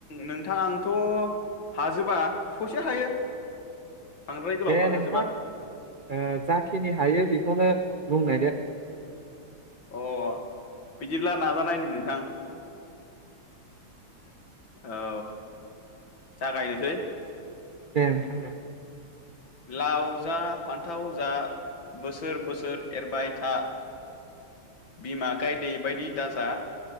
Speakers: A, on the left (about 65°); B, on the right (about 60°).
A: नोंथां आंथ' हाजोबा ससे हायो बांद्राय गोलावबो
B: दे नोंथां
A: हाजोबा
B: ओ जाखिनि हायो बेखौनो बुंनाय दो
A: अ बिदिब्ला नाजानायनि नोंथां औ जागायनोसै
B: दे नोंथां दे
A: लाव जा फान्थाव जा बोसोर बोसोर एरबाय था बिमा गायदे बायदि दाजा